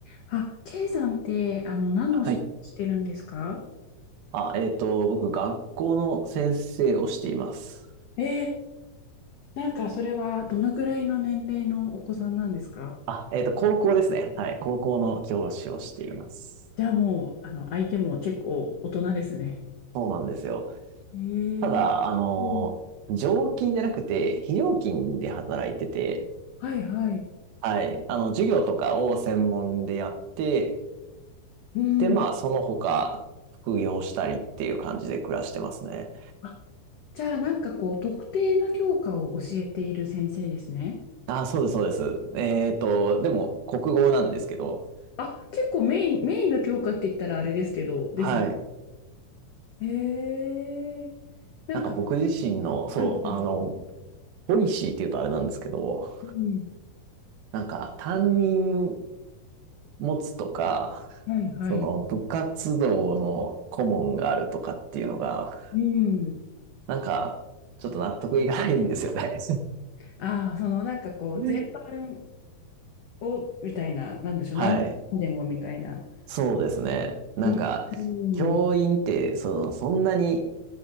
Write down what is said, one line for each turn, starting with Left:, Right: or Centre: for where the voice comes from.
Left: あ、K さんって、あの、何のお仕事してるんですか
Right: はい。あ、えっと、僕、学校の先生をしています。
Left: えー、なんかそれはどのぐらいの年齢のお子さんなんですか
Right: あ、えっと、高校ですね。はい。高校の教師をしています。
Left: じゃあもう、あの、相手も結構大人ですね。
Right: そうなんですよ。
Left: えー、
Right: ただ、あの、
Left: うん、
Right: 常勤じゃなくて、非常勤で働いてて、
Left: はいはい。
Right: はい。あの、授業とかを専門でやって、
Left: うん。
Right: で、まあ、その他、副業したりっていう感じで暮らしてますね。
Left: あ、じゃあなんかこう、特定の教科を教えている先生ですね。
Right: あ、そうです、そうです。えっと、でも、国語なんですけど、
Left: あ、結構メイン、メインの教科って言ったらあれですけど、ですね。
Right: はい。
Left: へえなんか、
Right: なんか僕自身の、そう、
Left: はいはい。
Right: あの、ポリシーっていうとあれなんですけど、
Left: うん、
Right: なんか担任持つとか、
Left: はいはい。
Right: その部活動の顧問があるとかっていうのが、
Left: うん。
Right: なんかちょっと納得いかないんですよね。
Left: ああ、そのなんかこう、
Right: <laughs>
Left: 全般を、みたいな、なんでしょう、
Right: はい。
Left: 何でもみたいな。
Right: そうですね。なんか、
Left: うん。うん。
Right: 教員ってその、そんなに